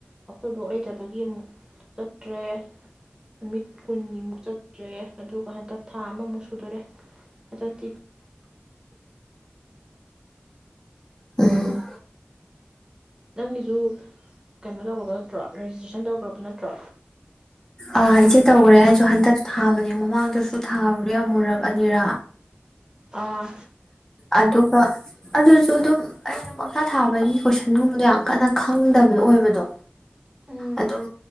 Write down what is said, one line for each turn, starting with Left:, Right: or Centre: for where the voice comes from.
Right: ꯑꯩꯈꯣꯏ ꯕꯣꯛ ꯂꯩꯇꯕꯒꯤ ꯑꯃꯨꯛ ꯆꯠꯇ꯭ꯔꯦ ꯅꯨꯃꯤꯠ ꯀꯨꯟꯅꯤꯃꯨꯛ ꯆꯠꯇ꯭ꯔꯦ ꯑꯗꯨꯒ ꯍꯟꯗꯛ ꯊꯥ ꯑꯃꯃꯨꯛ ꯁꯨꯗꯣꯔꯦ ꯑꯗꯩ
Left: ꯎꯨꯝ
Right: ꯅꯪꯒꯤꯁꯨ ꯀꯅꯣ ꯇꯧꯒ꯭ꯔꯕ ꯅꯠꯇ꯭ꯔꯣ ꯔꯦꯖꯤꯁꯇ꯭ꯔꯦꯁꯟ ꯇꯧꯒ꯭ꯔꯕ ꯅꯠꯇ꯭ꯔꯣ
Left: ꯑꯥ ꯏꯆꯦ ꯇꯧꯒ꯭ꯔꯦ ꯑꯩꯁꯨ ꯍꯟꯗꯛ ꯊꯥꯕꯅꯦ ꯃꯃꯥꯡꯗꯁꯨ ꯊꯥꯔꯨꯔꯦ ꯑꯃꯨꯔꯛ ꯑꯅꯤꯔꯛ
Right: ꯑꯥ
Left: ꯑꯗꯨꯒꯥ ꯑꯗꯨꯁꯨ ꯑꯗꯨꯝ ꯑꯩꯅ ꯄꯪꯊꯥ ꯊꯥꯕꯒꯤ ꯀꯣꯏꯁꯟꯒꯨꯝꯕꯗꯣ ꯌꯥꯝ ꯀꯟꯅ ꯈꯪꯗꯕꯗꯣ ꯑꯣꯏꯕꯗꯣ
Right: ꯎꯝ
Left: ꯑꯗꯨꯝ